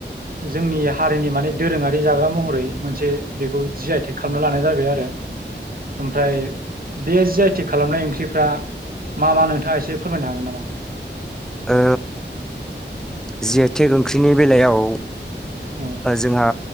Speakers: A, on the right; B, in the centre.
A: जोंनि हारिनि माने दोरोङारि जाग्रा महरै मोनसे बेखौ जि आइटेक खालामना लानाय जाबाय आरो। ओमफ्राय बेस जि आइ टेग खालामनाय ओंख्रिफ्रा मा मा नोंथाङा एसे फोरमायनो हागोन नामा?
B: ओ जि आइ टेग ओंख्रिनि बेलायाव
A: औ
B: जोंहा